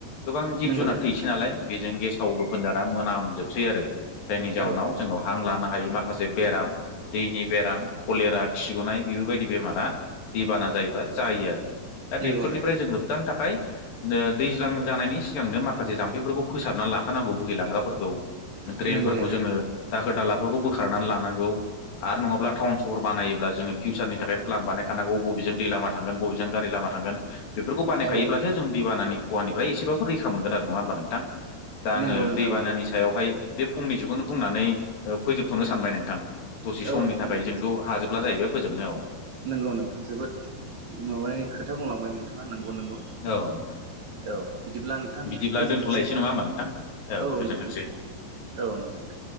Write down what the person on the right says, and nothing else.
नंगौ
नोंथां
औ नोंथां
नंगौ
नोंथां
नंगौ नोंथां
औ नोंथां
नंगौ
नोंथां
नंगौ
औ
नोंथां
दे
नोंगौ नोंथां जोबोद माबानि खोथा बुंलांबाय नोंथाङा नंगौ नंगौ
औ बिदिब्ला नोंथां
गोजोनथोंसै।
औ
नोंथां दे औ नोंथां दे